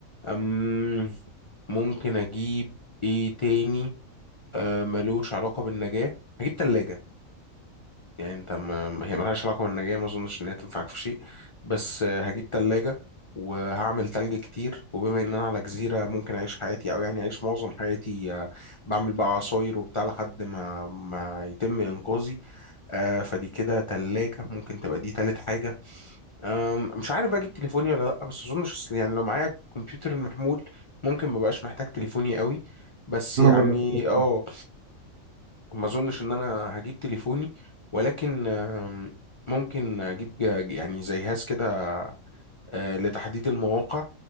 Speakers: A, on the left; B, on the right.
A: أم ممكن اجيب ايه تاني أه ملوش علاقة بالنجاة هجيب تلاجة يعني انت ما ما- هي ملهاش علاقة بالنجاة ما اظنش ان هي تنفعك في شيء بس آه، هجيب تلاجة وهعمل تلج كتير وبما ان انا على جزيرة ممكن اعيش حياتي او يعني اعيش معظم حياتي آه، بعمل بقى عصاير وبتاع لحد ما ما يتم انقاذي آه، فدي كده تلاجة ممكن تبقى دي تالت حاجة أم، مش عارف بقى اجيب تليفوني ولا لا بس اظن شخص يعني لو معايا كمبيوتر المحمول ممكن مبقاش محتاج تليفوني قوي بس
B: أنا
A: يعني
B: برضه هحتاج-
A: اه ما اظنش ان انا هجيب تليفوني ولكن أم، ممكن اجيب ج- يعني زي جهاز كده آه، لتحديد المواقع